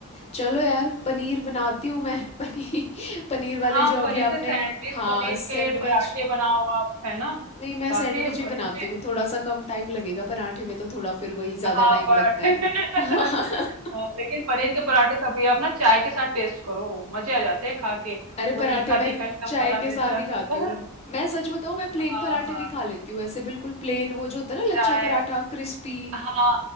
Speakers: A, on the left; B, on the right.
A: चलो यार पनीर बनाती हूँ मैं <laughs> पनीर पनीर वाले
B: हाँ
A: जो अभी
B: पनीर
A: आपने
B: के सैंडविच
A: हाँ
B: पनीर
A: सैंडविच
B: के पराठे बनाओ आप है ना
A: नहीं मैं
B: काफी
A: सैंडविच ही बनाती
B: अच्छे
A: हूँ थोड़ा सा कम टाइम लगेगा पराठे में तो थोड़ा फिर वही ज्यादा
B: हाँ
A: टाइम
B: पराठे
A: लगता है
B: <laughs>
A: <laughs>
B: हाँ, लेकिन पनीर के पराठे कभी आप ना चाय के साथ टेस्ट करो मजे आ जाते हैं खा के
A: अरे
B: वो
A: पराठे
B: तीखा
A: मैं
B: तीखा एकदम
A: चाय
B: हरा
A: के
B: मिर्चा
A: साथ ही खाती
B: <laughs>
A: हूँ मैं सच बताऊँ मैं प्लेन
B: हाँ
A: पराठे
B: हाँ
A: भी खा लेती हूँ ऐसे बिल्कुल प्लेन वो जो होता है ना
B: चाय
A: लच्छा पराठा क्रिस्पी
B: हाँ